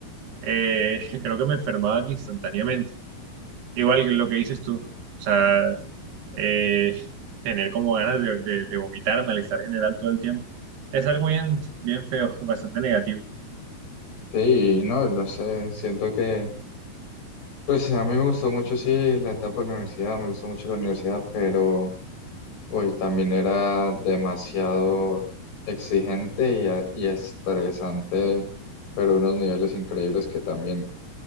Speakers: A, on the right (about 80°); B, on the left (about 65°).
A: eh, <laughs> creo que me enfermaba instantáneamente. Igual que lo que dices tú. O sea, eh, tener como ganas de, de, de vomitar, malestar general todo el tiempo. Es algo bien, bien feo, <laughs> bastante negativo.
B: Sí, no, no sé, siento que, pues a mí me gustó mucho, sí, la etapa de la universidad, me gustó mucho la universidad, pero hoy también era demasiado exigente y, a- y estresante, pero unos niveles increíbles que también